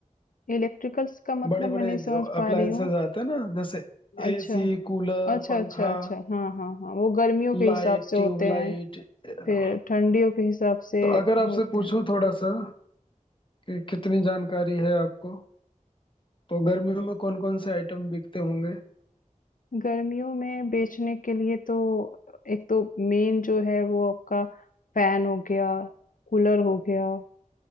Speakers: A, on the left (about 85°); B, on the left (about 40°).
A: इलेक्ट्रिकल्स का मतलब
B: बड़े बड़े
A: मैं नहीं समझ पा
B: अप्लायंसेस
A: रही हूँ।
B: आते हैं ना जैसे
A: अच्छा,
B: एसी कूलर
A: अच्छा,
B: पंखा
A: अच्छा, अच्छा। हाँ, हाँ, हाँ। वो गर्मियों के
B: लाइट
A: हिसाब से होते
B: ट्यूबलाइट
A: हैं,
B: तो
A: फिर ठंडियों के हिसाब से
B: अगर आपसे
A: होते
B: पूछूं
A: हैं। हुँ।
B: थोड़ा सा कि कितनी जानकारी है आपको तो गर्मियों में कौन कौन से आइटम बिकते होंगे
A: गर्मियों में बेचने के लिए तो एक तो मेन जो है वो आपका फैन हो गया, कूलर हो गया,